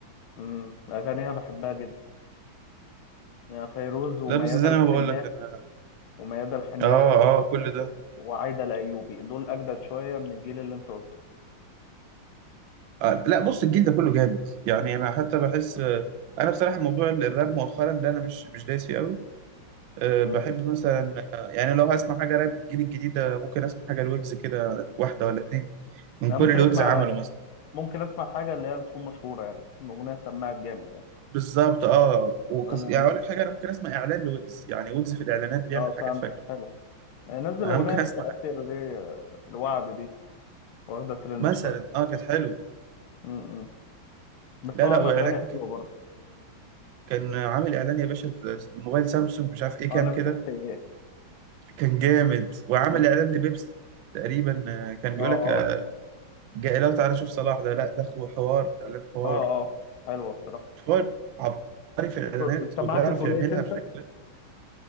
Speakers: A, on the left; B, on the right.
A: مم. اغانيها بحبها جدا يعني فيروز وميادة
B: لا بس زي
A: الحناوي
B: ما بقول لك انا
A: وميادة الحناوي
B: اه اه كل ده
A: وعايدة الأيوبي دول أجدد شوية من الجيل اللي أنت قلته
B: آه لا بص الجيل ده كله جامد يعني انا حتى بحس آه، انا بصراحه موضوع ال- الراب مؤخرا ده انا مش مش دايس فيه قوي أه
A: امم
B: بحب مثلا آه، يعني لو هسمع حاجه راب الجيل الجديد ده ممكن اسمع حاجه الويجز كده واحده ولا اتنين من
A: أنا
B: كل
A: ممكن
B: اللي
A: أسمع
B: ويجز عمله مثلا
A: ممكن أسمع حاجة اللي هي بتكون مشهورة يعني تكون أغنية سمعت جامد يعني
B: بالظبط اه وكس...
A: أنا
B: يعني اقول لك حاجه انا ممكن اسمع اعلان لويجز يعني ويجز في الاعلانات بيعمل
A: أنا- أه فهمتك
B: حاجات فجره
A: حلو آه، نزل
B: انا
A: أغنية
B: ممكن اسمع
A: التأثير دي آه، الوعد دي واخدة ترند
B: مثلا
A: شوية
B: اه كانت حلو
A: امم بس
B: لا
A: هو عمل
B: لا واعلان
A: أغاني حلوة برضه
B: كان عامل اعلان يا باشا الموبايل سامسونج مش عارف ايه كام
A: أه نفسك
B: كده
A: في إيه
B: كان جامد وعامل
A: امم
B: اعلان لبيبسي تقريبا آه، كان
A: أه
B: بيقول لك آه،
A: أه
B: جاي لو تعالى شوف صلاح ده لا ده خو- حوار اعلان حوار
A: أه أه حلوة بصراحة
B: حوار عبقري في الاعلانات
A: كو- سمعت
B: وبيعرف
A: توليت
B: يعملها
A: أنت
B: بشكل